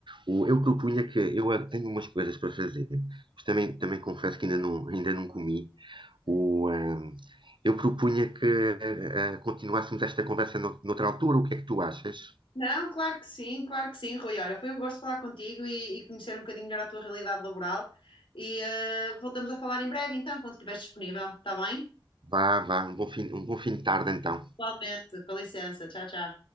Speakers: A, on the right; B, on the left.
A: O, eu propunha que eu eh, tenho umas coisas para fazer, mas também, também confesso que ainda não, ainda não comi. O, ehm, eu propunha que eh, eh, continuássemos esta conversa no, noutra altura, o que é que tu achas?
B: Não, claro que sim, claro que sim, Rui. Olha, foi um gosto falar contigo e, e conhecer um bocadinho melhor a tua realidade laboral. E eh, voltamos a falar em breve, então, quando estiveres disponível, está bem?
A: Vá, vá, um bom fim, um bom fim de tarde então.
B: Igualmente, com licença. Tchau, tchau.